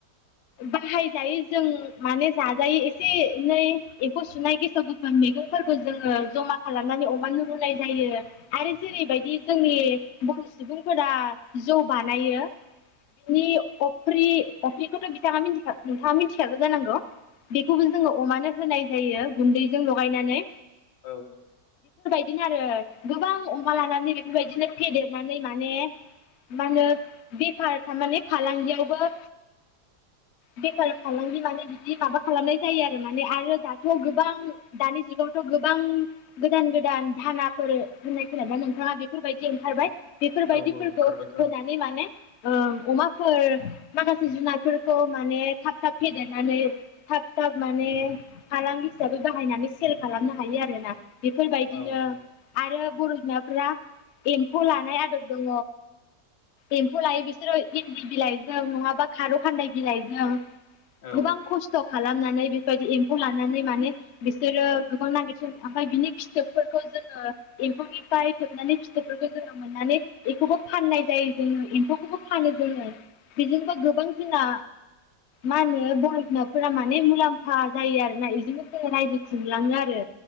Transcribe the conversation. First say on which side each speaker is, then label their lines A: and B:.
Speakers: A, on the left; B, on the left.
A: बाहायजायो जों माने जाजायो एसे एनै एम्फौ सुनाय गेसाव गेफोन मैगंफोरखौ जोङो जमा खालामनानै अमानो रुनाय जायो आरो जेरैबायदि जोंनि बर' सुबुंफोरा जौ बानायो बिनि अफ्रि अफ्रिखौथ' बिथाङा मिथि नोंथाङा मिथिखागौ जानांगौ बेखौबो जोङो अमानो होनाय जायो गुन्दैजों लगायनानै
B: औ औ
A: बिदिनो आरो गोबां अमा लानानै बेफोरबायदिनो फेदेरनानै माने मा होनो बे फार थारमाने फालांगियावबो बेफार फालांगि माने बिदि माबा खालामनाय जायो आरो माने आरो दाथ' गोबां दानि जुगावथ' गोबां गोदान गोदान दानाफोर होननाय खोना नोंथाङा बेफोरबायदि ओंखारबाय बेफोरबायदिफोरखौ
B: औ ओंखारबाय औ
A: होनानै माने ओ अमाफोर माखासे जुनादफोरखौ माने थाब थाब फेदेरनानै थाब थाब माने फालां हिसाबै बाहायनानै सेर खालामनो हायो आरो‌ ना बेफोरबायदिनो
B: औ औ
A: आरो बर' बिमाफोरा एम्फौ लानाय आदब दङ एम फौखौ लायो बिसोरो इन्दि बिलाइजों नङाबा खारौ खान्दाय बिलाइजों
B: औ
A: गोबां खस्थ' खालाम नानै फाननानै बेबायदि एम्फौ लानानै माने बिसोरो गोबां नागिरन ओमफ्राय बिनि फिथोबफोरखौ जोङो एम्फौनिफ्राय थोबनानै फिथोबफोरखौ जोङो मोननानै एम्फौबो फाननाय जायो जोङो फौखौबो फानिदों आरो बेजोंबोा गोबां जोंना मा होनो बर' बिमाफोरा माने मुलाम्फा जायो आरोना बेजोंनो जो रायजो खुंलाङो आरो